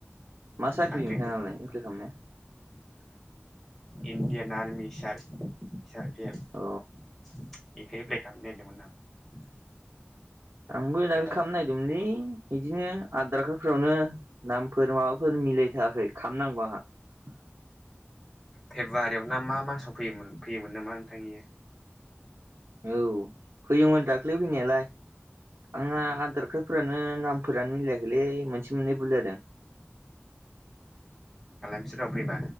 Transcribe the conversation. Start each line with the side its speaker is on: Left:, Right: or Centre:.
Right: मा साख्रि
Centre: साख्रिफोरखौ
Right: नोंथाङा नालाय एप्लाइ खालामनाया
Centre: इण्डियान आर्मि सार सि आर सि एफ
Right: अ
Centre: इखो एप्लाय खालामनो नागिरदोंमोन आं
Right: आंबो दाखलि
Centre: एबार
Right: खालामनो नागिरदोंमोनलै बिदिनो आधार कार्डफोरावनो नामफोर माबाफोर मिलायथाराखै खालाम नांगौ आंहा <unintelligible>
Centre: फेब्रुवारियाव ना मा मासाव फैयोमोन फैयोमोन नामा नोंथां इयो
Right: औ फैयोमोन दाखलै फैनायालाय आंना
Centre: इयो
Right: आदार खार फोरानो नामफोरानो मिलायाखैलै मोनसे मोननै बुल जादों
Centre: बिसोराव फैबा